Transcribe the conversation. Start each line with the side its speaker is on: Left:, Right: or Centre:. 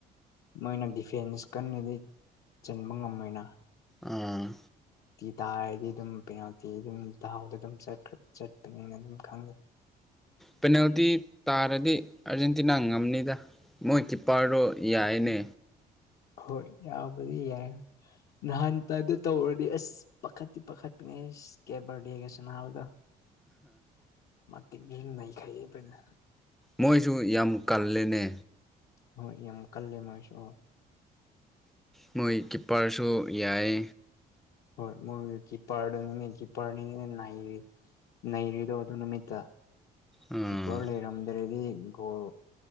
Left: ꯃꯣꯏꯅ ꯗꯤꯐꯦꯟꯁ ꯀꯟꯕꯗꯤ ꯆꯟꯕ ꯉꯝꯃꯣꯏꯅ
Centre: ꯑꯣ
Left: ꯗꯥꯔꯗꯤ ꯑꯗꯨꯝ ꯄꯦꯅꯥꯜꯇꯤ ꯑꯗꯨꯝ ꯗꯥꯎꯗ ꯑꯗꯨꯝꯈ꯭ꯔ ꯆꯠꯄꯅꯦꯅ ꯑꯗꯨꯝ ꯈꯪꯒꯅꯤ
Centre: ꯄꯦꯅꯥꯜꯇꯤ ꯇꯥꯔꯗꯤ ꯑꯥꯔꯖꯦꯟꯇꯤꯅꯥ ꯉꯝꯅꯤꯗ ꯃꯣꯏ ꯀꯤꯞꯄꯥꯔꯗꯣ ꯌꯥꯏꯅꯦ
Left: ꯍꯣꯏ ꯌꯥꯕꯗꯤ ꯌꯥꯏ ꯅꯍꯥꯟꯗꯥ ꯇꯥꯢꯞꯇ ꯇꯧꯔꯗꯤ ꯑꯁ ꯄꯥꯈꯠꯇꯤ ꯄꯥꯈꯠꯀꯅꯤ ꯢꯁ ꯀꯦꯕꯔꯗꯦꯒ ꯁꯅꯥꯅꯕꯗꯣ ꯁꯨꯝ ꯂꯩꯈꯩ ꯑꯕꯣꯏꯅ
Centre: ꯃꯣꯏꯁꯨ ꯌꯥꯝ ꯀꯜꯂꯦꯅꯦ
Left: ꯍꯣꯏ ꯌꯝ ꯀꯜꯂꯦ ꯃꯣꯢꯁꯨ
Centre: ꯃꯣꯏ ꯀꯤꯞꯄꯔꯁꯨ ꯌꯥꯏ
Left: ꯍꯣꯏ ꯃꯣꯢ ꯀꯤꯄꯔꯗꯨꯅꯤꯅꯦ ꯀꯤꯄꯔꯅꯤꯅꯦ ꯅꯩꯔꯤꯗꯣ ꯅꯩꯔꯤꯗꯣ ꯑꯗꯨ ꯅꯨꯃꯤꯠꯇ
Centre: ꯑꯥ
Left: ꯀꯤꯄꯔ ꯂꯩꯔꯝꯗ꯭ꯔꯗꯤ ꯒꯣꯜ